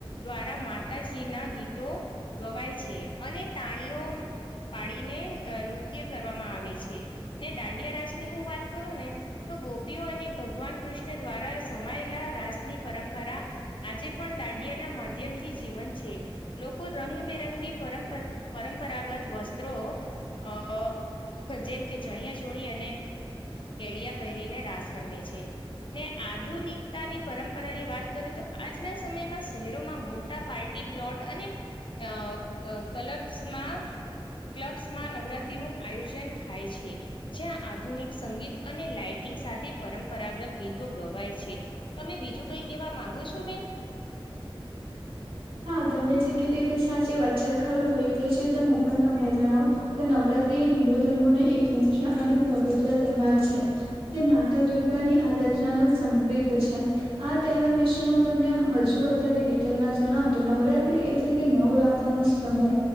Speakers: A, on the left (about 60°); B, on the right (about 80°).
A: દ્વાર રા માતાજી ના ગીતો ગવાય છે અને તાણીઓ પાડીને નૃત્ય કરવામાં આવે છે ને દાંડિયા રાસ ની હું વાત કરું ને તો ગોપીઓ અને ભગવાન કૃષ્ણ દ્વારા સમાયેલા રાજની પરંપરા આજે પણ દાંડિયા ના માધ્યમ થી જીવન છે લોકો રંગબેરંગી પરંપ પરંપરાગત વસ્ત્રો અ જેમ કે ચણિયા ચોળી અને કેડિયા પહેરીને રાસ રમે છે ને આધુનિકતાની પરંપરા ની વાત કરું તો આજના સમયમાં શહેરોમાં મોટા પાર્ટી પ્લોટ અને અ કલબ્સ માં ક્લબ્સમાં નવરાત્રી નું આયોજન થાય છે જ્યાં આધુનિક સંગીત અને લાાઈટિંગ સાથે પરંપરાગત ગીતો ગવાય છે તમે બીજું કઈ કેવા માંગો છો બેન
B: હા તમે જે ક રીતે સાચી વાત છે ખરું કયું તે છેતે હું પણ તમને જણાવ નવરાત્રી એ હિન્દુ ધર્મો ન એક મુખ્ય અને પવિત્ર તહેવાર છે જે માતા દુર્ગા ની આરાધના ન સંપત છે આ તહેવાર વિશે હું તમને હજુ વધારે ડિટેલમાં જણાવ તો નવરાત્રી એટલે કે નવરાત્ર નો સમય